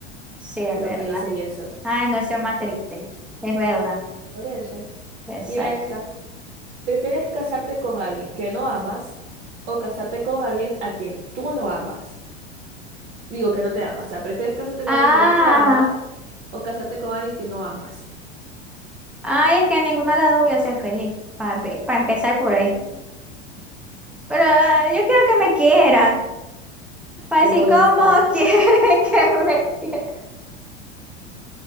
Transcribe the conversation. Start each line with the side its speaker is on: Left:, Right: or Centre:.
Centre: Sí, es
Right: de
Centre: verdad.
Right: lo que hice y eso.
Centre: Ay, no, eso es más triste. Es verdad.
Right: Por eso,
Centre: Exacto.
Right: mira esta. ¿Prefieres casarte con alguien que no amas o casarte con alguien a quien tú no amas? Digo que no te amas. O sea, ¿prefieres casarte
Centre: Ah.
Right: con alguien que no te ama o casarte con alguien que no amas?
Centre: Ay, es que a ninguna de las dos voy a ser feliz, para empezar
Right: <laughs>
Centre: por ahí. Pero ah, yo quiero que me quieran, para
Right: Qué
Centre: decir
Right: egoísta.
Centre: cómo <laughs> quieren que me quieran.